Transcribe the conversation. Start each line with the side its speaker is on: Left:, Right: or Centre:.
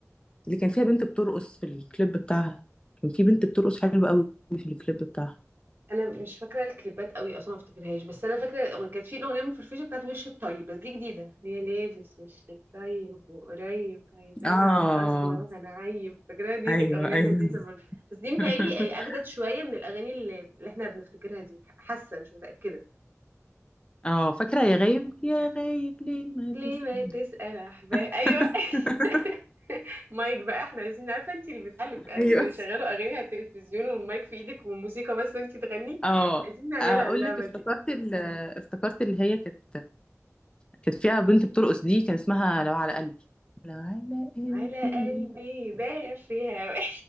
Left: اللي كان فيها بنت بترقص في الكليب بتاعها كان في بنت بترقص حلوه قوي في الكليب بتاعها
Right: انا مش فاكره الكليبات قوي اصلا ما افتكرهاش بس انا فاكره كانت في الاغنيه المفرفشه بتاعت وش الطيب بس دي جديده اللي هي لابس وشك طيب وقريب هيبان
Left: اه
Right: على اصله هنعيب فاكره دي
Left: ايوه
Right: كانت اغنيه
Left: ايوه
Right: لذيذه برضه بس دي متهيألي
Left: <laughs>
Right: اجدد شويه من الاغاني اللي, اللي احنا بنفتكرها دي حاسه مش متاكده
Left: اه فاكرة يا غايب يا غايب ليه ما
Right: ليه
Left: تسأل
Right: ما تسال احباب
Left: <laughs>
Right: ايوه <laughs> مايك بقى احنا عايزين عارفه انت اللي بتاع اللي بيبقى
Left: ايوه
Right: بيشغلوا اغاني على التلفزيون والمايك في ايدك والموسيقى بس انت تغني
Left: اه
Right: عايزين نعملها
Left: اقول
Right: اللعبه
Left: لك افتكرت
Right: دي
Left: ال... افتكرت اللي هي كانت كانت فيها بنت بترقص دي كان اسمها لو على قلبي لو على قلبي
Right: على قلبي دافية <laughs>